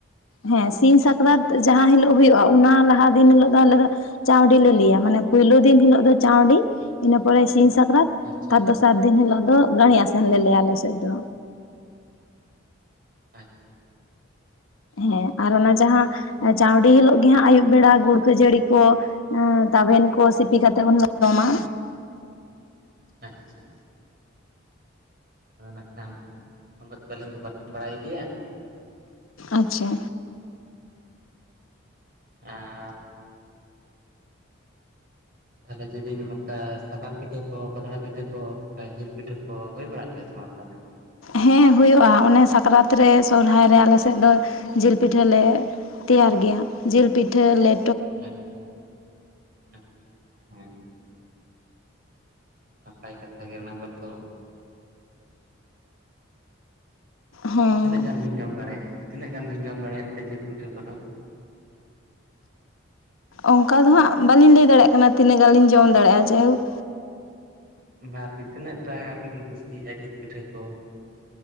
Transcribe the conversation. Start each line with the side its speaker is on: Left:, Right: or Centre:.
Left: ᱦᱮᱸ ᱥᱤᱧ ᱥᱟᱠᱨᱟᱛ ᱡᱟᱸᱦᱟᱸ ᱦᱤᱞᱳᱜ ᱦᱩᱭᱩᱜᱼᱟ ᱚᱱᱟ ᱞᱟᱦᱟ ᱫᱤᱱ ᱦᱤᱞᱳ ᱫᱚ ᱟᱞᱮ ᱫᱚ, ᱪᱟᱶᱰᱤ ᱞᱮ ᱞᱟᱹᱭᱟ, ᱢᱟᱱᱮ ᱯᱩᱭᱞᱳ ᱫᱤᱱ ᱦᱤᱞᱳᱜ ᱫᱚ ᱪᱟᱶᱰᱤ, ᱤᱱᱟᱹ ᱯᱚᱨᱮ ᱥᱤᱧ ᱥᱟᱠᱨᱟᱛ
Right: ᱟᱪᱪᱷᱟ
Left: ᱟᱨ
Right: ᱟᱪᱪᱷᱟ
Left: ᱫᱚᱥᱟᱨ ᱫᱤᱱ ᱦᱤᱞᱳᱜ ᱫᱚ ᱜᱟᱹᱲᱤ ᱟᱥᱮᱱ ᱞᱮ ᱞᱟᱹᱭᱟ ᱟᱞᱮ ᱥᱮᱫ ᱫᱚ᱾
Right: ᱟᱪᱪᱷᱟ
Left: ᱦᱮᱸ ᱟᱨ ᱚᱱᱟ ᱡᱟᱦᱟᱸ ᱪᱟᱶᱰᱤ ᱦᱤᱞᱳᱜ ᱜᱮ ᱦᱟᱸᱜ ᱟᱹᱭᱩᱵ ᱵᱮᱲᱟ ᱜᱩᱲ ᱠᱷᱟᱹᱡᱟᱹᱲᱤ ᱠᱚ ᱛᱟᱵᱮᱱ ᱠᱚ ᱥᱤᱯᱤ ᱠᱟᱛᱮᱜ ᱩᱱᱞᱮ ᱡᱚᱢᱟ
Right: ᱟᱪᱪᱷᱟ ᱟᱫᱚ ᱱᱟᱜ ᱠᱷᱟᱱ ᱩᱱᱟᱹᱜ ᱫᱚ ᱟᱹᱞᱤᱧ ᱫᱚ ᱵᱟᱹᱞᱤᱧ ᱵᱟᱲᱟᱭ ᱜᱮᱭᱟ
Left: ᱟᱪᱪᱷᱟ
Right: ᱟᱨ ᱛᱟᱦᱚᱞᱮ ᱡᱮᱫᱤᱱ ᱚᱱᱠᱟ ᱥᱟᱠᱟᱢ ᱯᱤᱴᱷᱟᱹ ᱠᱚ ᱯᱟᱛᱲᱟ ᱯᱤᱴᱷᱟᱹ ᱠᱚ ᱚᱱᱠᱟ ᱡᱤᱞ ᱯᱤᱴᱷᱟᱹ ᱠᱚ ᱦᱩᱭ ᱵᱟᱲᱟᱜ ᱜᱮᱭᱟ ᱥᱮ ᱵᱟᱝ ᱛᱟᱦᱚᱞᱮ
Left: ᱦᱮᱸ ᱦᱩᱭᱩᱜᱼᱟ ᱚᱱᱮ ᱥᱟᱠᱨᱟᱛ ᱨᱮ ᱥᱚᱨᱚᱦᱨᱟᱭ ᱨᱮ ᱟᱞᱮ ᱥᱮᱫ ᱫᱚ ᱡᱤᱞ ᱯᱤᱴᱷᱟᱹ ᱞᱮ ᱛᱮᱭᱟᱨ ᱜᱮᱭᱟ ᱡᱤᱞ ᱯᱤᱴᱷᱟᱹ ᱞᱮ
Right: ᱟᱪᱪᱷᱟ ᱟᱪᱪᱷᱟ ᱟᱪᱪᱷᱟ ᱦᱮᱸ ᱱᱟᱯᱟᱭ ᱠᱟᱛᱷᱟ ᱜᱮ ᱚᱱᱟ ᱠᱚᱫᱚ
Left: ᱦᱮᱸ
Right: ᱛᱤᱱᱟᱹᱜ ᱜᱟᱱ ᱵᱤᱱ ᱡᱚᱢ ᱫᱟᱲᱮᱭᱟᱜᱼᱟ ᱛᱤᱱᱟᱹ ᱜᱟᱱ ᱵᱤᱱ ᱡᱚᱢ ᱫᱟᱲᱮᱭᱟᱜᱼᱟ ᱛᱮ ᱡᱤᱞ ᱯᱤᱴᱷᱟᱹ ᱠᱚᱫᱚ
Left: ᱚᱱᱠᱟ ᱫᱚ ᱦᱟᱸᱜ ᱵᱟᱹᱞᱤᱧ ᱞᱟᱹᱭ ᱫᱟᱲᱮᱭᱟᱜ ᱠᱟᱱᱟ ᱛᱤᱱᱟᱹᱜ ᱜᱟᱱ ᱞᱤᱧ ᱡᱚᱢ ᱫᱟᱲᱮᱭᱟᱜᱼᱟ ᱡᱟᱭᱦᱳᱠ
Right: ᱵᱟ ᱟᱨᱠᱤ ᱛᱤᱱᱟᱹᱜ ᱴᱟ ᱟᱨᱠᱤ ᱵᱤᱱ ᱠᱩᱥᱤᱭᱟᱜᱼᱟ ᱡᱤᱞ ᱯᱤᱴᱷᱟᱹ ᱠᱚ